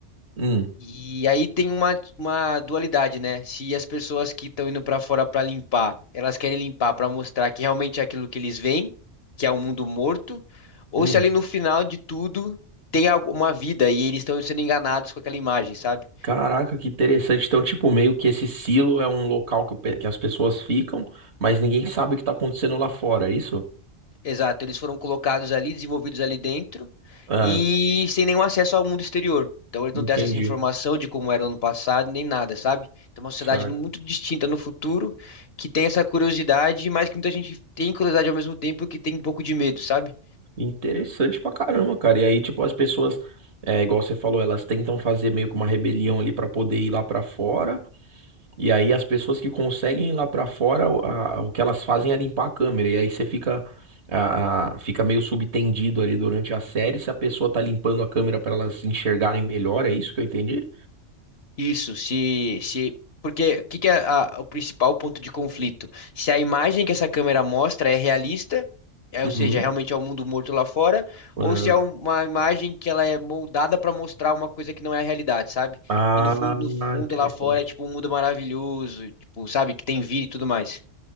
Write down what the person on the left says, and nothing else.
E aí tem uma, uma dualidade, né? Se as pessoas que estão indo para fora para limpar, elas querem limpar para mostrar que realmente é aquilo que eles veem, que é um mundo morto, ou
se ali no final de tudo tem alguma vida e eles estão sendo enganados com aquela imagem, sabe?
Exato, eles foram colocados ali, desenvolvidos ali dentro
e sem nenhum acesso ao mundo exterior. Então eles
não têm acesso à informação de como era no ano passado, nem nada, sabe? Então é uma sociedade
nu- muito distinta no futuro, que tem essa curiosidade, mas que muita gente tem curiosidade ao mesmo tempo que tem um pouco de medo, sabe?
Isso, se, se, porque o que que é a- o principal ponto de conflito? Se a imagem que essa câmera mostra é realista, é,
ou seja, realmente é o mundo morto lá fora,
ou se é um- uma imagem que ela é moldada para mostrar uma coisa que não é a realidade, sabe?
E no fundo, no fundo
lá fora é tipo um mundo maravilhoso, tipo, sabe, que tem vida e tudo mais.